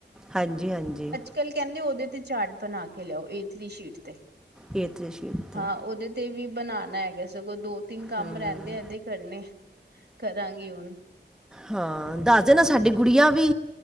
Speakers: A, in the centre; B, on the right (about 65°).
A: ਹਾਂਜੀ-ਹਾਂਜੀ।
B: ਕੱਲ ਕਹਿੰਦੇ ਉਹਦੇ ਤੇ ਚਾਰਟ ਬਣਾ ਕੇ ਲਿਆਓ ਏ ਥ੍ਰੀ ਸ਼ੀਟ ਤੇ।
A: ਏ ਥ੍ਰੀ ਸ਼ੀਟ ਤੇ।
B: ਹਾਂ ਉਹਦੇ ਤੇ ਵੀ ਬਣਾਣਾ ਹੈਗਾ ਸਗੋਂ ਦੋ ਤਿੰਨ ਕੰਮ
A: ਹਮ
B: ਰਹਿੰਦੇ ਅਹਦੇ ਕਰਨੇ ਕਰਾਂਗੀ ਹੁਣ।
A: ਹਾਂ ਦੱਸ ਦੇਨਾ ਸਾਡੀ ਗੁੜੀਆ ਵੀ